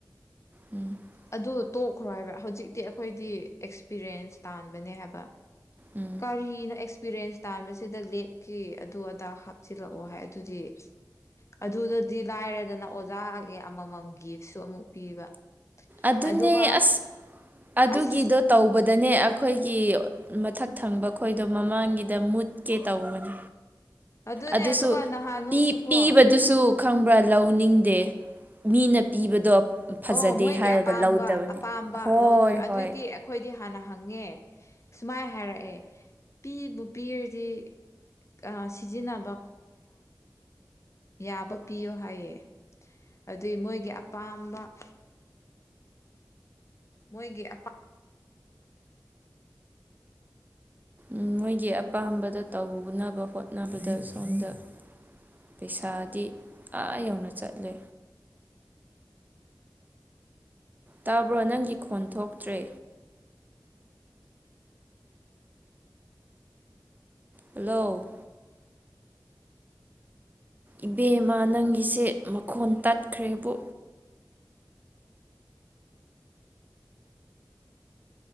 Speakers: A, on the right; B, on the left.
A: ꯎꯝ <unintelligible>
B: ꯑꯗꯨ ꯇꯣꯛꯈ꯭ꯔꯣ ꯍꯥꯏꯕ ꯍꯧꯖꯤꯛꯇꯤ ꯑꯩꯈꯣꯏꯗꯤ ꯑꯦꯛꯁꯄꯤꯔꯤꯌꯦꯟꯁ ꯇꯥꯟꯕꯅꯦ ꯍꯥꯏꯕ
A: ꯎꯝ
B: ꯀꯔꯏꯅꫭ ꯑꯦꯁ ꯑꯦꯛꯁꯄꯤꯔꯌꯦꯟꯁ ꯇꯥꯟꯕꯁꯤꯗ ꯂꯦꯞꯀꯤ ꯑꯗꯨ ꯑꯗꯥ ꯍꯥꯞꯆꯤꯜꯂꯛꯑꯣ ꯍꯥꯏ ꯑꯗꯨꯗꯤ ꯑꯗꯨꯗꯗꯤ ꯂꯥꯏꯔꯦꯗꯅ ꯑꯣꯖꯥꯒꯤ ꯑꯃꯃꯝ ꯒꯤꯁꯨ ꯑꯃꯨꯛ ꯄꯤꯕ
A: ꯑꯗꯨꯅꯦ
B: ꯑꯗꯨꯒ
A: ꯑꯁ ꯑꯗꯨꯒꯤꯗꯣ
B: ꯑꯁ
A: ꯇꯧꯕꯗꯅꯦ ꯑꯩꯈꯣꯏꯒꯤ ꯃꯊꯛ ꯊꯪꯕ ꯑꯩꯈꯣꯏꯗꯣ ꯃꯃꯥꯡꯒꯤꯗ ꯃꯨꯠꯀꯦ ꯇꯧꯕꯅꯤ
B: ꯑꯗꯨꯅꯦ
A: ꯑꯗꯨꯁꯨ
B: ꯑꯗꯨꯒ ꯅꯍꯥꯟꯃꯨꯛꯁꯨꯀꯣ
A: ꯄꯤ ꯄꯤꯕꯗꯨꯁꯨ ꯈꯪꯕ꯭ꯔꯥ ꯂꯧꯅꯤꯡꯗꯦ ꯃꯤꯅ ꯄꯤꯕꯗꯣ ꯐꯖꯗꯦ
B: ꯑꯣ ꯃꯣꯏꯒꯤ
A: ꯍꯥꯏꯔꯒ
B: ꯑꯄꯥꯝꯕ
A: ꯂꯧꯗꯕꯅꯦ
B: ꯑꯄꯥꯝꯕ
A: ꯍꯣꯏ
B: ꯂꯧꯗꯣꯏ ꯑꯗꯨꯏꯒꯤ
A: ꯍꯣꯏ
B: ꯑꯩꯈꯣꯏꯗꯤ ꯍꯥꯟꯅ ꯍꯪꯉꯦ ꯁꯨꯃꯥꯏ ꯍꯥꯏꯔꯛꯑꯦ ꯄꯤꯕꯨ ꯄꯤꯔꯗꯤ ꯁꯤꯖꯤꯟ ꯅꯕꯝ ꯌꯥꯕ ꯄꯤꯌꯣ ꯍꯥꯏꯌꯦ ꯑꯗꯨꯏ ꯃꯣꯏꯒꯤ ꯑꯄꯥꯝꯕ ꯃꯣꯏꯒꯤ ꯑꯄꯥ
A: ꯎꯝ ꯃꯣꯏꯒꯤ ꯑꯄꯥꯝꯕꯗ ꯇꯧꯅꯕ ꯍꯣꯠꯅꯕꯗ ꯁꯣꯝꯗ ꯄꯩꯁꯥꯗꯤ ꯑꯥ ꯌꯧꯅ ꯆꯠꯂꯦ ꯇꯥꯕ꯭ꯔꯣ ꯅꯪꯒꯤ ꯈꯣꯟ ꯊꯣꯛꯇ꯭ꯔꯦ ꯍꯜꯂꯣ ꯏꯕꯦꯝꯃ ꯅꯪꯒꯤꯁꯦ ꯃꯈꯣꯟ ꯇꯠꯈ꯭ꯔꯦꯕꯨ